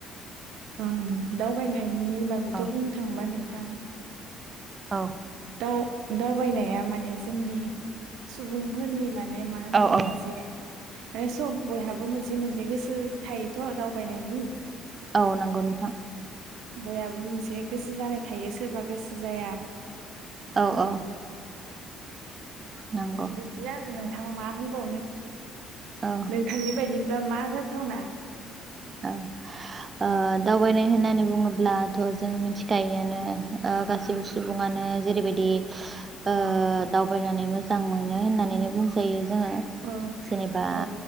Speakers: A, on the right; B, on the right.
A: उ दावबायनायनि बागैथ'
B: औ
A: बुंनो थांबा नोंथां
B: औ
A: दावबायनाया माने जोंनि सुबुंफोरनि माने मा होनगोन
B: औ औ
A: मोनसे मे सब बयहाबो मोनसे मोनसे गोसो थायोथ' दावबायनायनि
B: औ नंगौ नोंथां ।
A: बयाबो मोनसे गोसो जानाय थायो सोरबा गोसो जाया ।
B: औ औ नंगौ
A: बिदिनो आरो नोंथां मा होनबावनो
B: औ
A: नोंथांनि बायदि मा जाथावना
B: औ ओ दावबायनाय होननानै बुङोब्लाथ' जों मिथिखायोआनो ओ गासैबो सुबुङानो नो जेरैबायदि ओ
A: औ
B: दावबायनानै मोजां मोन मोनो होननानै
A: उम,
B: बुंजायो जोङो
A: औ
B: जेनेबा
A: औ